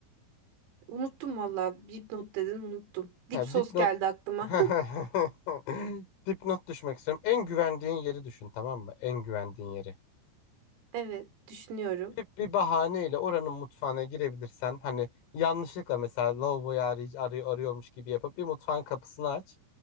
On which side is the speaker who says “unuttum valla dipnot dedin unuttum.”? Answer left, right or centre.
Right